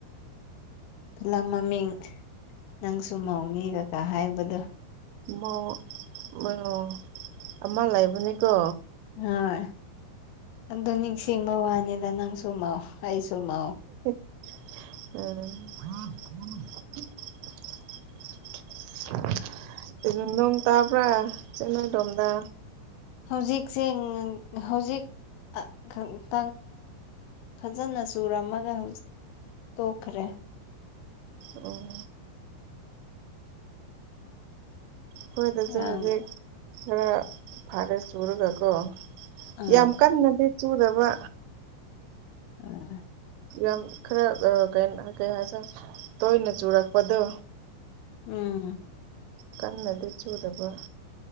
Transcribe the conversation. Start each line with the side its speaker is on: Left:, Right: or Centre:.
Left: ꯐꯤꯂꯝ ꯃꯃꯤꯡ ꯅꯪꯁꯨ ꯃꯧꯅꯤ ꯀꯀꯥ ꯍꯥꯏꯕꯗꯣ
Right: ꯃꯣ ꯑꯣ ꯑꯃ ꯂꯩꯕꯅꯦꯀꯣ
Left: ꯍꯣꯏ ꯑꯗꯨ ꯅꯤꯡꯁꯤꯡꯕ ꯋꯥꯅꯤꯗ ꯅꯪꯁꯨꯨ ꯃꯧ ꯑꯩꯁꯨ ꯃꯧ
Right: ꯎꯝ <unintelligible> ꯅꯣꯡ ꯇꯥꯕ꯭ꯔ ꯅꯣꯏꯔꯣꯝꯗ
Left: ꯍꯧꯖꯤꯛꯁꯦ ꯍꯧꯖꯤꯛ <unintelligible> ꯐꯖꯅ ꯆꯨꯔꯝꯃꯒ ꯍꯧꯖꯤꯛ ꯇꯣꯛꯈ꯭ꯔꯦ
Right: ꯎꯝ ꯈꯣꯏꯗꯁꯨ
Left: ꯌꯥꯝ
Right: ꯍꯧꯖꯤꯛ ꯈꯔ ꯐꯥꯔꯦ ꯆꯨꯔꯒ ꯀꯣ
Left: ꯑ
Right: ꯌꯥꯝ ꯀꯟꯅꯗꯤ ꯆꯨꯗꯕ
Left: <unintelligible>
Right: ꯌꯥꯝ ꯈꯔ ꯀꯩ ꯍꯥꯏꯁꯤꯔꯥ ꯇꯣꯏꯅ ꯆꯨꯔꯛꯄꯗꯣ
Left: ꯎꯝ
Right: ꯀꯟꯅꯗꯤ ꯆꯨꯗꯕ